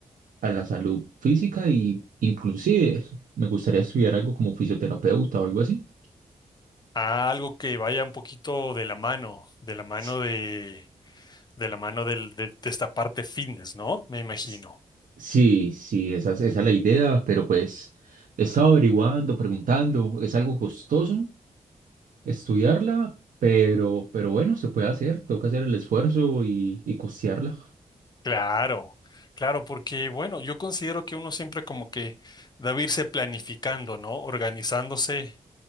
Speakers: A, on the right (about 75°); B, on the left (about 30°).
A: a la salud física y inclusive me gustaría estudiar algo como fisioterapeuta o algo así.
B: Ah, algo que vaya un poquito de la mano, de la mano
A: S-
B: de, de la mano del- de, de esta parte fitness, ¿no? Me imagino.
A: s- Sí, sí, esa, es- esa es la idea, pero pues he estado averiguando, preguntando, es algo costoso estudiarla, pero, pero bueno, se puede hacer, toca hacer el esfuerzo y, y costearla.
B: Claro, claro, porque bueno, yo considero que uno siempre como que debe irse planificando, ¿no? Organizándose